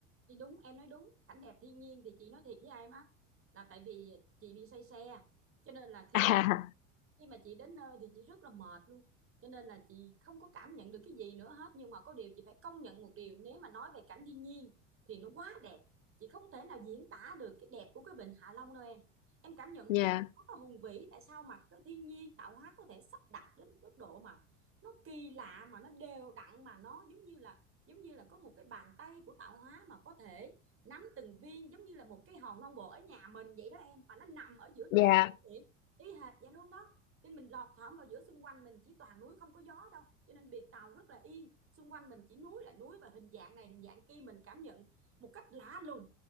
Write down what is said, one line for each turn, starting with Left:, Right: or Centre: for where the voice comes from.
Right: thì đúng em nói đúng cảnh đẹp thiên nhiên thì chị nói thiệt với em á là tại vì chị bị say xe cho nên là
Left: <laughs>
Right: khi
Left: à
Right: khi mà chị đến nơi thì chị rất là mệt luôn cho nên là chị không có cảm nhận được cái gì nữa hết nhưng mà có điều chị phải công nhận một điều nếu mà nói về cảnh thiên nhiên thì nó quá đẹp chị không thể nào diễn tả được cái đẹp của cái vịnh Hạ Long đâu em em cảm nhận
Left: dạ
Right: một cái gì đó rất là hùng vĩ tại sao mà cái thiên nhiên tạo hóa có thể sắp đặt đến mức độ mà nó kỳ lạ mà nó đều đặn mà nó giống như là giống như là có một cái bàn tay của tạo hóa mà có thể nắm từng viên giống như là một cái hòn non bộ ở nhà mình vậy đó em mà nó nằm ở giữa
Left: dạ
Right: trời biển ý hệt vậy luôn đó nên mình lọt thỏm vào giữa xung quanh mình chỉ toàn núi không có gió đâu cho nên biệt tàu rất là yên xung quanh mình chỉ núi là núi và hình dạng này hình dạng kia mình cảm nhận một cách lạ lùng